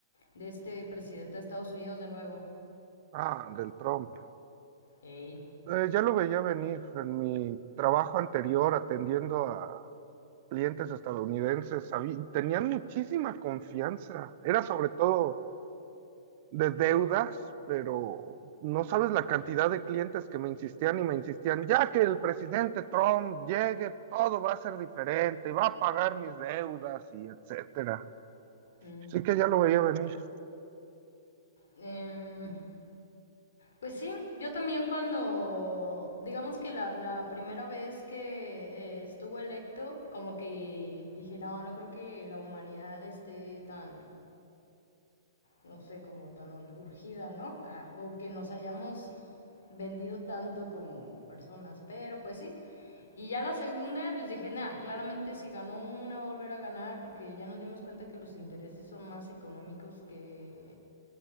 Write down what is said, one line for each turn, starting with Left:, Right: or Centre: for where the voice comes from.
Left: de este presidente a Estados Unidos de nuevo?
Right: Ah, del Trump.
Left: Ey.
Right: Eh, ya lo veía venir en mi trabajo anterior atendiendo a clientes estadounidenses. sabí- Tenían muchísima confianza. Era sobre todo de deudas, pero no sabes la cantidad de clientes que me insistían y me insistían, ya que el presidente Trump llegue, todo va a ser diferente y va a pagar mis deudas y etcétera.
Left: Mm.
Right: Así que ya lo veía venir.
Left: Em, pues sí, yo también cuando, digamos que la, la primera vez que eh, estuvo electo, como que dije, no, no creo que la humanidad esté tan no sé, como tan urgida, ¿no? A- o que nos hayamos vendido tanto como personas, pero pues sí. Y ya la segunda, pues dije, nada, claramente si ganó una va a volver a ganar porque ya nos dimos cuenta que los intereses son más económicos que,